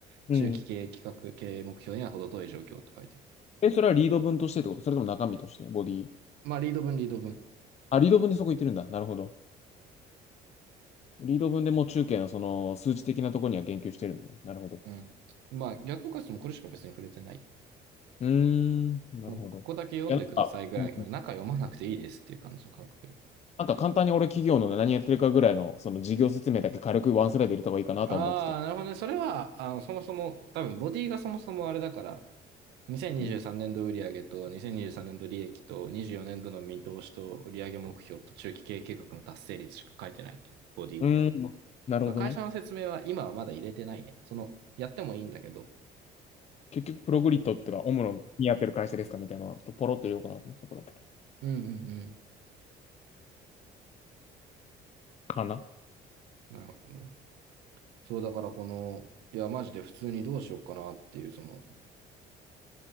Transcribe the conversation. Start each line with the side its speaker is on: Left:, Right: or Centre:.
Left: うん。
Right: 中期経営企画経営目標には程遠い状況って書いてる。
Left: え、それはリード文としてってことそれとも中身としてボディ。
Right: まあ、リード文リード文
Left: あ、リード文でそこ言ってるんだ。なるほど。リード文でもう中堅のその数値的なところには言及してるのね。なるほど。
Right: うん。まあ、逆効果室もうこれしか別に触れてない。
Left: うーん。なるほど。
Right: もうここだけ読んでくださいぐらいの気持ち、
Left: いや、なんか、うん
Right: 中読まなくていいですっていう感じの感覚で。
Left: なんか簡単に俺企業のね何やってるかぐらいの、その事業説明だけ軽くワンスライド入れた方がいいかなとは思ってた。
Right: ああ、なるほどね。それは、あの、そもそも、多分、ボディがそもそもあれだから、2023年度売上と2023年度利益と24年度の見通しと売上目標と中期経営計画の達成率しか書いてない。
Left: う
Right: ボディの方に。
Left: ーん、なるほどね。
Right: あの、会社の説明は今はまだ入れてないね。その、やってもいいんだけど。
Left: 結局、プログリッドってか、主にやってる会社ですかみたいなのをちょっとポロッと言おうかなと思ってたから。
Right: うんうんう
Left: かな
Right: ん。なるほどね。そう、だからこの、いや、マジで普通にどうしようかなっていう、その、